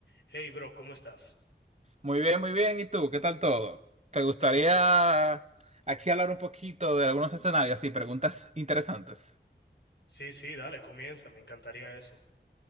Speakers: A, on the left (about 80°); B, on the right (about 35°).
A: Hey, bro, ¿cómo estás?
B: Muy bien, muy bien. ¿Y tú? ¿Qué tal todo? ¿Te gustaría
A: ¿Todo bien?
B: aquí hablar un poquito de algunos escenarios y preguntas interesantes?
A: Sí, sí, dale, comienza, me encantaría eso.